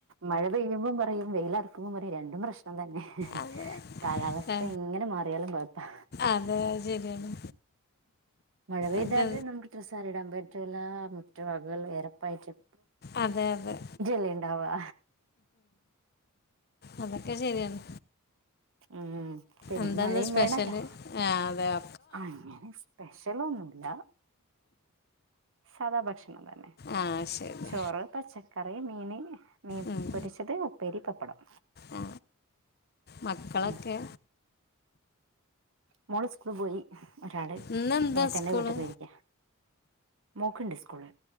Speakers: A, on the right; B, on the left.
A: മഴ പെയ്യുമ്പോ പറയും വെയില ക്കുമ്പോ പറയും രണ്ടും പ്രശ്നം തന്നെ
B: അതെ
A: കാലാവസ്ഥ
B: ആ,
A: എങ്ങനെ മാറിയാലും കുഴപ്പാ
B: അതെ അയ് ശരിയാണ്.
A: മഴ പെയ്താല്
B: അതെ
A: നമുക്ക് ഡ്രസ്സ് ആറിടാൻ പറ്റൂലാ മുറ്റം അതെല്ലാം എരപ്പായിട്ട്
B: അതെ അതെ
A: <unintelligible> ഉണ്ടാവാ
B: അതൊക്കെ ശരിയണ്.
A: ഉം പിന്നെ
B: എന്താന്ന്
A: മഴയും
B: സ്പെഷ്യല്
A: വേണല്ലോ
B: ആ അതെയോ
A: അങ്ങനെ സ്പെഷ്യലൊന്നുല്ല സാധാ ഭക്ഷണം തന്നെ.
B: ആ ശരി
A: ചോറ്, പച്ചക്കറി, മീന് മീൻ
B: ഉം,
A: പൊരിച്ചത്, ഉപ്പേരി, പപ്പടം
B: ആ മക്കളൊക്കെ
A: ഉം മോള് സ്കൂള് പോയി ഒരാള്
B: ഇന്നെന്താ
A: എട്ടന്റെ
B: സ്കൂള്
A: വീട്ടിൽ പോയിരിക്ക മോൾക്കിണ്ട് സ്കൂള്.